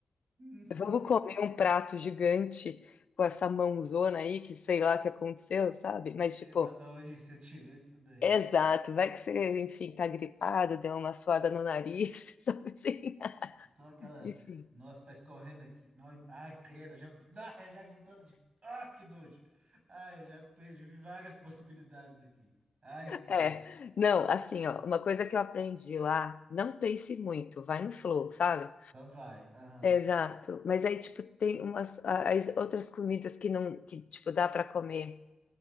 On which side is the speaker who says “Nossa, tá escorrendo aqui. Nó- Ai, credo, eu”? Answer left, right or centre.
Right